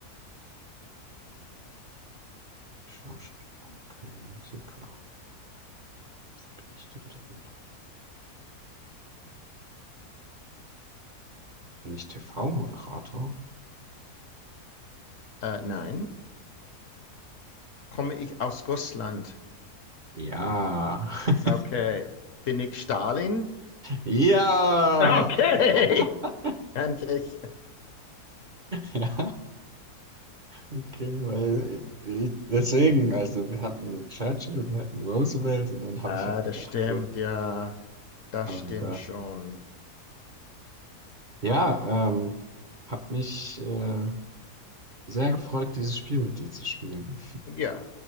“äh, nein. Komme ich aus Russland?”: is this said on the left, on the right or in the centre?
Left